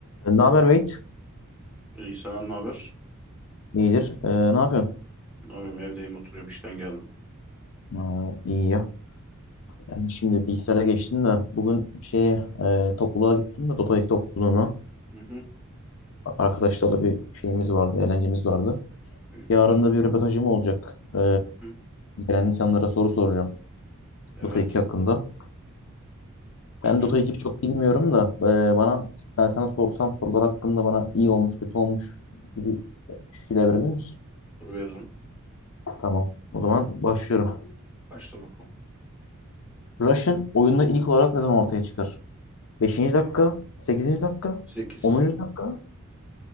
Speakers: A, on the left; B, in the centre.
A: Ee, Ne haber Beyt?
B: İyi senden ne haber?
A: İyidir. Ee, ne yapıyorsun?
B: Ne yapayım evdeyim oturuyorum işten geldim.
A: Aa, iyi ya. Ben şimdi bilgisayara geçtim de bugün şeye e, topluluğa gittim de Dota 2 topluluğuna.
B: Hı hı.
A: Arkadaşlarla bir şeyimiz vardı, eğlencemiz vardı.
B: İyi,
A: Yarın
B: güzel.
A: da bir röportajım olacak. Ee,
B: Hı hı.
A: gelen insanlara soru soracağım
B: Evet.
A: Dota 2 hakkında.
B: Hı
A: Ben
B: hı.
A: Dota 2'yi çok bilmiyorum da e, bana ben sana sorsam sorular hakkında bana iyi olmuş, kötü olmuş gibi fikirler verebilir misin?
B: Dur veririm.
A: Tamam. O zaman başlıyorum.
B: Kaçta bakalım?
A: Rush'ın oyunda ilk olarak ne zaman ortaya çıkar? Beşinci dakika, sekizinci dakika,
B: 8.
A: onuncu dakika.